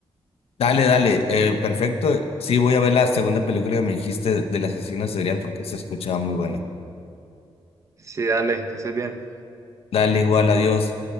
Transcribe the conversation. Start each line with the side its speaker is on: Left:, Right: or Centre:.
Left: Dale, dale, eh, perfecto. Sí, voy a ver la segunda película que me dijiste del asesino serial porque se escuchaba muy buena.
Right: Sí, dale, que estés bien.
Left: Dale, igual, adiós.